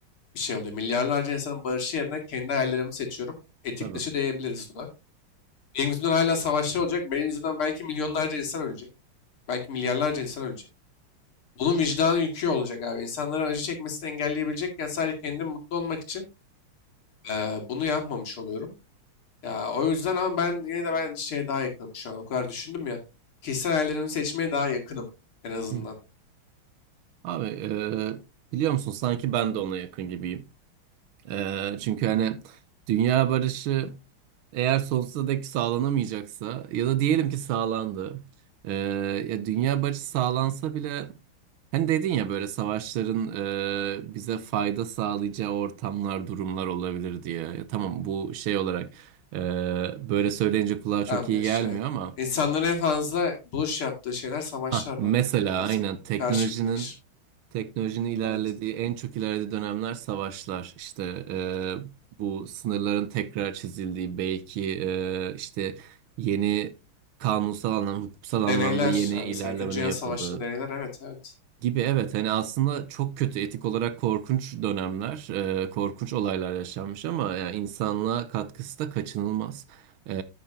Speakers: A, on the left (about 85°); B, on the right (about 80°).
A: bir şey oluyor. Milyarlarca insanın barışı yerine kendi hayallerimi seçiyorum. Etik
B: Tabii.
A: dışı diyebiliriz buna. Benim yüzümden hala savaşlar olacak. Benim yüzümden belki milyonlarca insan ölecek. Belki milyarlarca insan ölecek. Bunun vicdan yükü olacak abi. İnsanların acı çekmesini engelleyebilecekken sadece kendim mutlu olmak için Eee, bunu yapmamış oluyorum. Ya o yüzden ama ben yine de ben şeye daha yakınım şu an. O kadar düşündüm ya. Kişisel hayallerimi seçmeye daha yakınım en azından.
B: Hı. Abi, e, biliyor musun? Sanki ben de ona yakın gibiyim. Ee, çünkü hani dünya barışı eğer sonsuza dek sağlanamayacaksa ya da diyelim ki sağlandı. Ee, ya dünya barışı sağlansa bile hani dedin ya böyle savaşların e, bize fayda sağlayacağı ortamlar, durumlar olabilir diye. Ya tamam bu şey olarak e, böyle söyleyince kulağa çok
A: Ben
B: iyi
A: beş,
B: gelmiyor
A: evet.
B: ama
A: İnsanların en fazla buluş yaptığı şeyler savaşlardı.
B: ha mesela
A: Yani. Evet,
B: aynen teknolojinin
A: karşılıklı geniş.
B: Teknolojinin ilerlediği
A: Evet.
B: en çok ilerlediği dönemler savaşlar. İşte e, bu sınırların tekrar çizildiği belki e, işte yeni kanunsal anlamda, hukuksal anlamda
A: Deneyler.
B: yeni
A: Yani
B: ilerlemenin
A: mesela İkinci Dünya
B: yapıldığı.
A: Savaşı'nda deneyler. Evet, evet.
B: Gibi evet hani aslında çok kötü etik olarak korkunç dönemler, e, korkunç olaylar yaşanmış ama yani insanlığa katkısı da kaçınılmaz. E,